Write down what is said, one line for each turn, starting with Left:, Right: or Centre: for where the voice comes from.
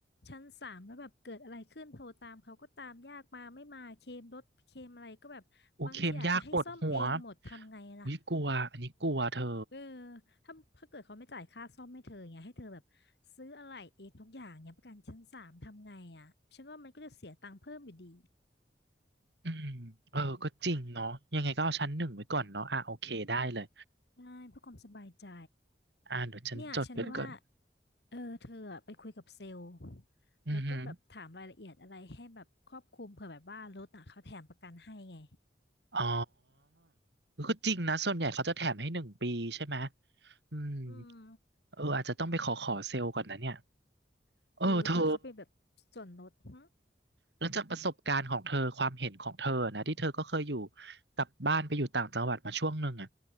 Left: ชั้นสามแล้วแบบเกิดอะไรขึ้นโทรตามเขาก็ตามยากมาไม่มาเคลมรถเคลมอะไรก็แบบบางทีอาจจะให้ซ่อมเองหมดทำไงล่ะ
Right: โอ้เค็มยากปวดหัวอุ้ยกลัวอันนี้กลัวเธอ
Left: เออถ้าถ้าเกิดเขาไม่จ่ายค่าซ่อมให้เธออย่างเงี้ยให้เธอแบบซื้ออะไรเองทุกอย่างเนี้ยประกันชั้นสามทำไงอ่ะฉันว่ามันก็จะเสียตังค์เพิ่มอยู่ดี
Right: อืมเออก็จริงเนาะยังไงก็เอาชั้นหนึ่งไว้ก่อนเนาะอ่ะโอเคได้เลย
Left: ใช่เพื่อความสบายใจ
Right: อ่าเดี๋ยวฉันจดไว้ก่อน
Left: เนี่ยฉันว่าเออเธออะไปคุยกับเซลล์
Right: อือหือ
Left: แล้วก็แบบถามรายละเอียดอะไรให้แบบครอบคลุมเผื่อแบบว่ารถอ่ะเขาแถมประกันให้ไง
Right: อ๋อเออก็จริงนะส่วนใหญ่เขาจะแถมให้หนึ่งปีใช่ไหมอืม
Left: อืม
Right: เอออาจจะต้องไปขอขอเซลล์ก่อนนะเนี่ยเออเธอ
Left: เออเผื่อเขาเป็นแบบส่วนลดหึ
Right: แล้วจากประสบการณ์ของเธอความเห็นของเธอนะที่เธอก็เคยอยู่กลับบ้านไปอยู่ต่างจังหวัดมาช่วงหนึ่งอ่ะ